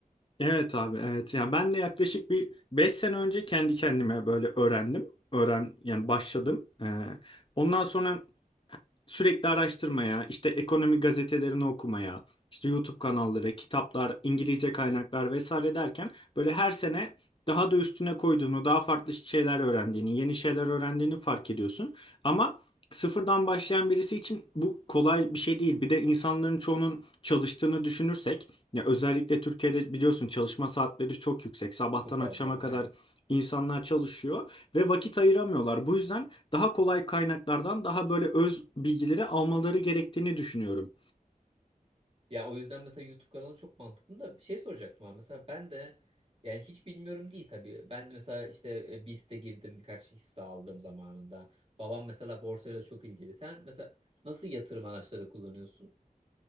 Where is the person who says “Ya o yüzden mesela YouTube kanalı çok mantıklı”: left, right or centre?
Right